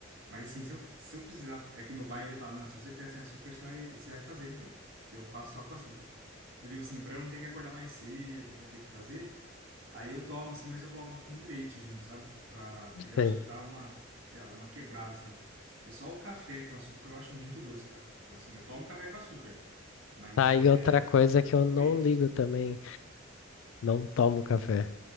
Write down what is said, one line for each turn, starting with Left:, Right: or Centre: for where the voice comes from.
Right: Mas assim, se eu, se eu precisar. É que meu pai, ele fala: não, se você quiser sem açúcar, você vai, você vai fazer então. Eu faço só com açúcar. Eu digo assim, para eu não ter que acordar mais cedo, para ter que fazer, Aí eu tomo, assim, mas eu coloco um pouquinho de leite junto, sabe? Pra... Porque daí eu
Left: Sim.
Right: acho que dá uma, sei lá, dá uma quebrada, assim. Porque só o café com açúcar eu acho muito doce, cara. Então, assim, eu tomo café com açúcar, mas
Left: Tá
Right: é
Left: aí outra coisa que eu não
Right: com leite.
Left: ligo também. Não tomo café.